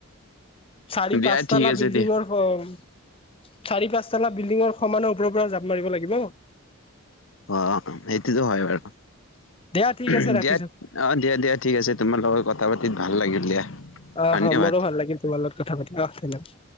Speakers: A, on the left; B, on the left.
A: চাৰি
B: দিয়া
A: পাঁচটালা
B: ঠিক আছে
A: বিল্ডিংৰ
B: দিয়া।
A: ঘম চাৰি পাঁচ তালা বিল্ডিঙৰ সমানৰ ওপৰৰ পৰা জাপ মাৰিব লাগিব।
B: অ সেইটোতো হয় বাৰু,
A: দিয়া ঠিক
B: দিয়াত
A: আছে ৰাখিছো
B: অ দিয়া দিয়া ঠিক আছে তোমাৰ লগত কথা পাতিত ভাল লাগিল দিয়া।
A: অ
B: ধন্যবাদ।
A: হ মোৰো ভাল লাগিল তোমাৰ লগত কথা পাতি অ ধন্যবাদ।